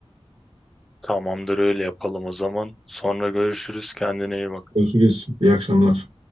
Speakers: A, in the centre; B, on the right.
A: Tamamdır öyle yapalım o zaman. Sonra görüşürüz. Kendine iyi bak.
B: Görüşürüz. İyi akşamlar.